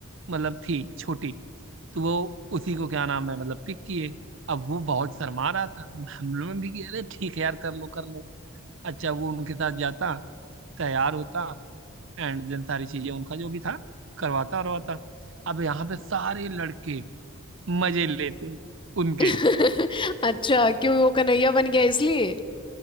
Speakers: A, on the right; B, on the left.
A: मतलब थी छोटी तो वो उसी को क्या नाम है मतलब पिक किए अब वो बहुत शर्मा रहा था हम लोगों ने भी किया अरे ठीक है यार कर लो कर लो अच्छा वो उनके साथ जाता तैयार होता एंड देन सारी चीजें उनका जो भी था करवाता करवाता अब यहाँ पे सारे लड़के मजे लेते उनके
B: <laughs> अच्छा क्यों वो कन्हैया बन गया इसलिए